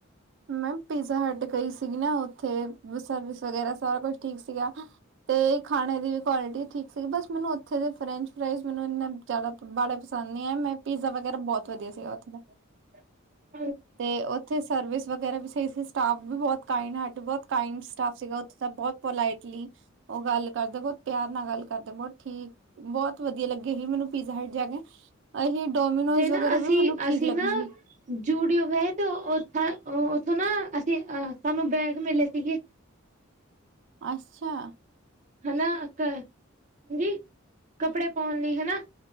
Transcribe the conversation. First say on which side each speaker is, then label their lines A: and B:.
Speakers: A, on the right; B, on the right.
A: ਮੈਮ ਪੀਜ਼ਾ ਹਟ ਗਈ ਸੀਗੀ ਨਾ ਉੱਥੇ ਸਰਵਿਸ ਵਗੈਰਾ ਸਾਰਾ ਕੁਛ ਠੀਕ ਸੀਗਾ ਤੇ ਖਾਣੇ ਦੀ ਵੀ ਕੁਆਲਿਟੀ ਠੀਕ ਸੀਗੀ ਬਸ ਮੈਨੂੰ ਉੱਥੇ ਦੇ ਫਰੈਂਚ ਫਰਾਈਜ਼ ਮੈਨੂੰ ਇੰਨਾ ਜ਼ਿਆ ਬੇ ਪਸੰਦ ਨਹੀਂ ਹੈ ਮੈਂ ਪੀਜ਼ਾ ਵਗੈਰਾ ਬਹੁਤ ਵਧੀਆ ਸੀਗਾ ਉੱਥੇ ਦਾ
B: <unintelligible>
A: ਤੇ ਉੱਥੇ ਸਰਵਿਸ। ਵਗੈਰਾ ਵੀ ਸ ਸੀ ਸਟਾਫ ਵੀ ਬੌਹੁਤ kind hard work kind staff ਸੀਗਾ ਉਥੇ ਦਾ ਬੋਹੁਤ ਪੋਲਾਈਟਲੀ ਉਹ ਗੱਲ ਕਰਦਾ ਬਹੁਤ ਪਿਆਰ ਨਾਲ ਗੱਲ ਕਰਦਾ ਬੋਹੁਤ ਠੀਕ ਬਹੁਤ ਵਧੀਆ ਲੱਗੇ ਹੀ ਮੈਨੂੰ ਪੀਜ਼ਾ ਹਟ ਜਾ ਕੇ। ਅਹੀ ਡੋਮੀਨੋਜ
B: ਤੇ ਨਾ
A: ਵਗੈਰਾ
B: ਅਸੀਂ
A: ਵੀ ਮੈਨੂੰ ਠੀਕ
B: ਅਸੀਂ
A: ਲੱਗੇਗੀ।
B: ਨਾ ਜੂਡੀਓ ਗਏ ਤੇ ਉਥ ਉੱਥੋਂ ਨਾ ਅਸੀਂ ਅ ਸਾਨੂੰ ਬੈਗ ਮਿਲੇ ਸੀਗੇ।
A: ਅੱਛਾ।
B: ਹਨਾ ਕ ਹਾੰਜੀ ਕੱਪੜੇ ਪਾਉਣ ਲਈ ਹਨਾ।